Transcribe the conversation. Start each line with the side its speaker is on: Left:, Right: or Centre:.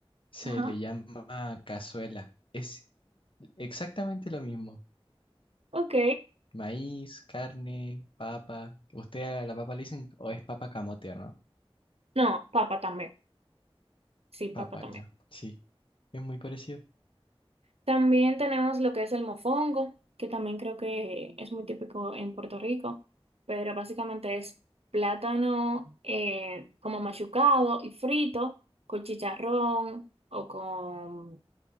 Left: Se
Right: Ajá,
Left: le llama cazuela. Es exactamente lo mismo.
Right: ok.
Left: Maíz, carne, papa. Usted a la papa le dicen, o es papa camote, ¿no?
Right: No, papa también, sí, papa
Left: Papa,
Right: también.
Left: ya. Sí, es muy parecido.
Right: También tenemos lo que es el mofongo, que también creo que es muy típico en Puerto Rico, pero básicamente es plátano eh, como machucado y frito con chicharrón o con